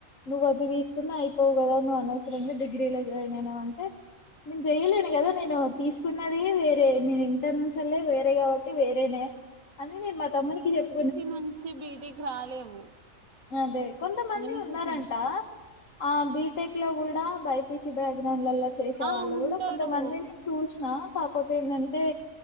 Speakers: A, on the left; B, on the right.
A: నువ్వు అది దీసుకున్న అయిపోవు గదా నువ్వు అనవసరంగా డిగ్రీ ల జాయిన్ అయినవ్ అంటే నేను చెయలేను కదా నేను తీసుకున్నది వేరే నే ఇంటర్ నుంచే నే వేరే కాబట్టి వేరేనే అని నేను మా తమ్ముకి చెప్
B: ఇసి నుంచి బీటికి రాలేవు
A: అదే కొంతమంది
B: వినిపిస్తుంది
A: ఉన్నారంట ఆ బీటెక్ లో కూడా బైపీసి బ్యాగ్ దాన్నిలలో చేసే
B: ఆ
A: వాళ్ళు
B: ఉంటారు
A: కూడా కొంతమందిని చూసినా కాకపోతే ఏందంటే